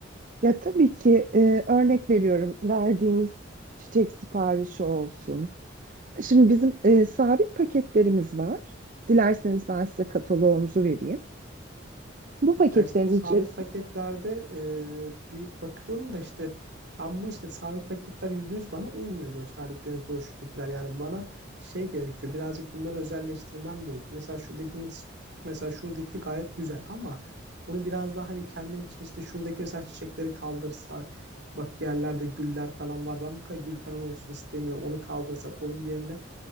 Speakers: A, on the right; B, on the right.
A: Ya tabii ki e, örnek veriyorum verdiğimiz çiçek siparişi olsun. Şimdi bizim e, sabit paketlerimiz var. Dilerseniz ben size kataloğumuzu vereyim. Bu paketlerin
B: Ya işte bu sabit
A: içerisinde
B: paketlerde e, bir bakıyorum da işte ben bunu işte sabit paketler %100 bana uymuyor gösterdikleriniz broşürdekiler. Yani bana şey gerekiyor birazcık bunları özelleştirmem gerekiyor. Mesela şu dediğiniz mesela şuradaki gayet güzel ama bunu biraz daha hani kendim için işte şuradaki mesela çiçekleri kaldırsak bak yerlerde güller falan var ben bu kadar gül falan olsun istemiyorum onu kaldırsak onun yerine